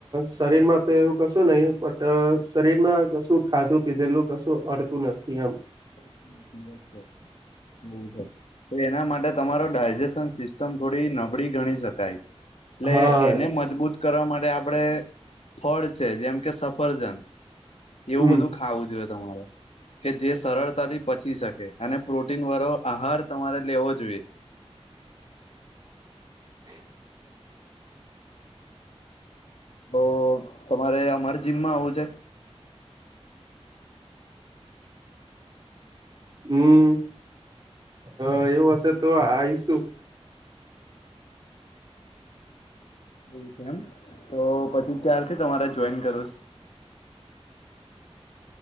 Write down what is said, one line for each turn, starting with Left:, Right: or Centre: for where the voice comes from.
Right: શરીર માં તો એવું કશું નહીિ પણ શરીર માં કશું ખાધું પીધેલું કશું. તુ નથી આમ.
Left: <unintelligible> બવ અ તો એના માટે તમારો ડાયજેશન સિસ્ટમ થોડી નબળી ગણી શકાય. લે
Right: હા
Left: એને મજબૂત કરવા માટે આપળે ફળ છે જેમ કે સફરજન જેવું
Right: હમ
Left: બધું ખાવું જોયે તમારે કે જે સરળતાથી પચી શકે અને પ્રોટીન વારો આહાર તમારે લેવો જોયે.
Right: <inaudible>
Left: અ તમારે અમાર જીમમાં આવું છે?
Right: હમ્મ હ એવું હશે તો આઈશું.
Left: હં એમ તો પછી ક્યારથી તમારે જોઈન કરવુ સ?